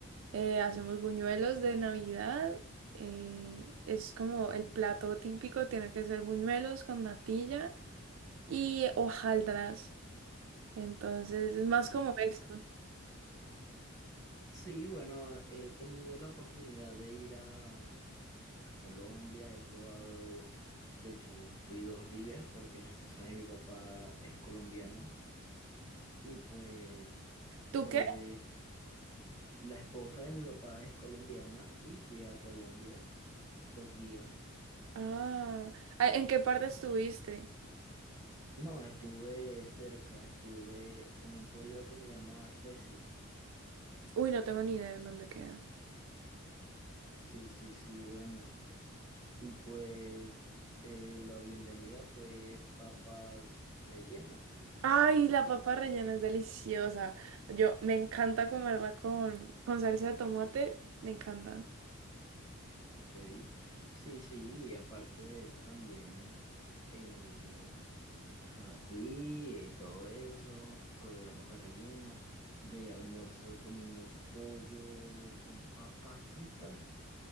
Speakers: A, on the right; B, on the left.
A: Eh, hacemos buñuelos de Navidad. eh, es como el plato típico, tiene que ser buñuelos con natilla y hojaldras. Entonces es más como
B: Ok.
A: eso.
B: Sí, bueno, he tenido la oportunidad de ir a, a Colombia, he probado, de hecho fui dos días porque la esposa de mi papá es colombiana y pues
A: ¿Tú
B: probé,
A: qué?
B: la esposa de mi papá es colombiana y fui a Colombia dos días.
A: Ah, ah, ¿en qué parte estuviste?
B: No, estuve cerca, estuve en un pueblo que se llamaba Ceci.
A: Uy, no tengo ni idea en dónde queda.
B: Sí, sí, sí, bueno. Y pues eh, la bienvenida fue papas rellenas.
A: Ay, la papa rellena es deliciosa. Yo me encanta comerla con, con salsa de tomate. Me encanta.
B: Ok. Sí, sí, y aparte de eso también, eh, ajá, fui eh, y todo eso, probé la papa rellena. De almuerzo comimos pollo con papas fritas.